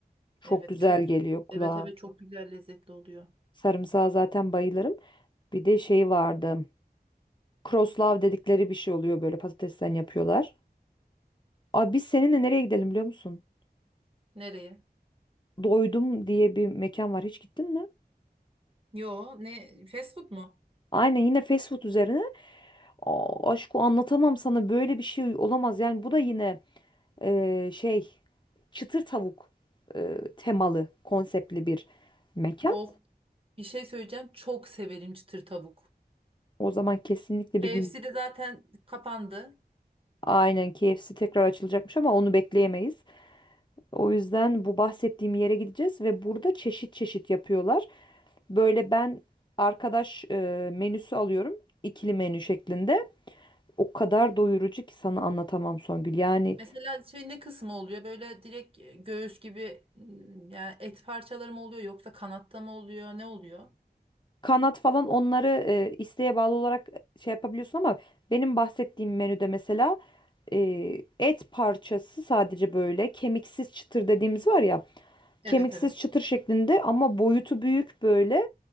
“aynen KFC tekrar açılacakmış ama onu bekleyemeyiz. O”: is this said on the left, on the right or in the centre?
Left